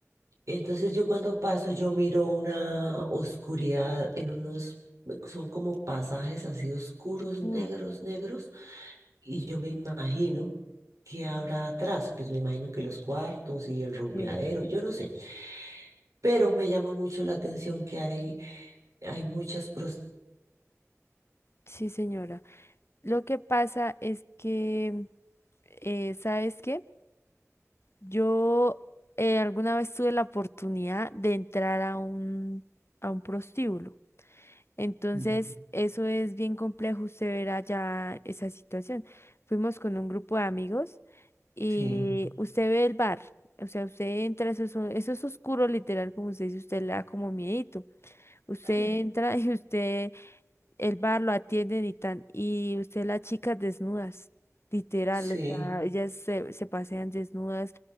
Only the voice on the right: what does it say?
Entonces yo cuando paso, yo miro una oscuridad en unos, son como pasajes así oscuros, negros,
negros y yo me imagino que habrá atrás, pues me imagino que los cuartos y el rumbeadero,
yo no sé, pero me llama mucho la atención que hay, hay muchas pros-
Mm,
Sí,
<laughs>
sí,